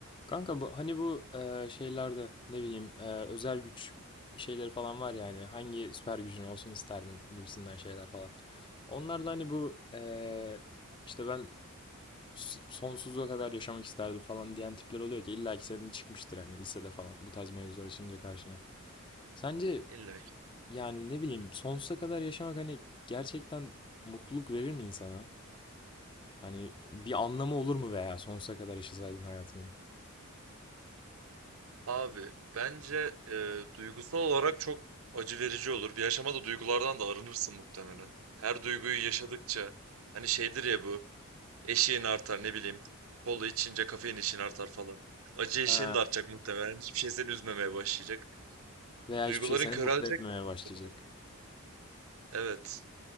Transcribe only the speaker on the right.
İlla ki.
Abi bence e, duygusal olarak çok acı verici olur. Bir aşamada duygulardan da arınırsın muhtemelen. Her duyguyu yaşadıkça hani şeydir ya bu eşiğin artar ne bileyim kola içince kafein eşiğin artar falan. Acı eşiğin
de artacak muhtemelen. Hiçbir şey seni üzmemeye başlayacak.
Duyguların
körelecek
muhtemelen. Evet.